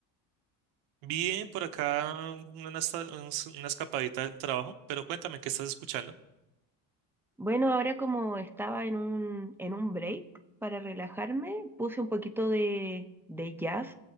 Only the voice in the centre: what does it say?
Bueno, ahora como estaba en un, en un break para relajarme, puse un poquito de, de jazz.